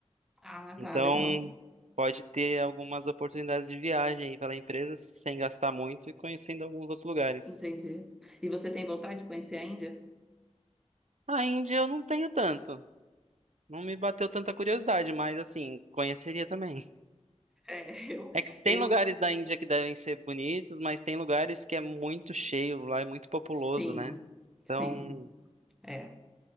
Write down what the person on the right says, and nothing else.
Então,
pode ter algumas oportunidades de viagem aí pela empresa sem gastar muito e conhecendo alguns outros lugares.
A Índia eu não tenho tanto. Não me bateu tanta curiosidade, mas assim, conheceria também.
É que tem
lugares da Índia que devem ser bonitos, mas tem lugares que é muito cheio, lá é muito populoso,
né?
Então,